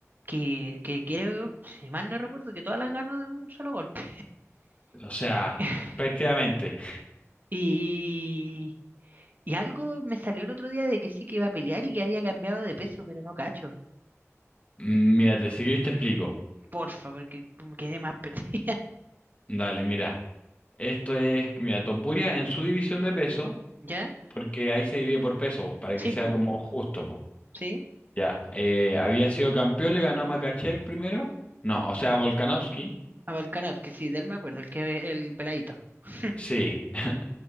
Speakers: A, on the right (about 40°); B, on the left (about 25°).
A: que, que creo, si mal no recuerdo, que todas las ganó de un solo golpe.
B: O sea,
A: <laughs>
B: prácticamente.
A: Y, y algo me salió el otro día de que sí que iba a pelear y que había cambiado de peso, pero no cacho.
B: Mm, Mírate, si querés te explico.
A: Por favor, que me quedé más <laughs> perdida.
B: Dale, mira. Esto es, mira, Topuria en su división de peso,
A: ¿Ya?
B: porque ahí se divide por peso, pues, para
A: Sí,
B: que sea
A: pues.
B: como justo, pues.
A: Sí.
B: Ya, eh, había sido campeón, le ganó a Makachev primero. No, o sea, a Volkanovski.
A: A Volkanovski, que sí, de él me acuerdo, el que el peladito. <laughs>
B: Sí, <laughs>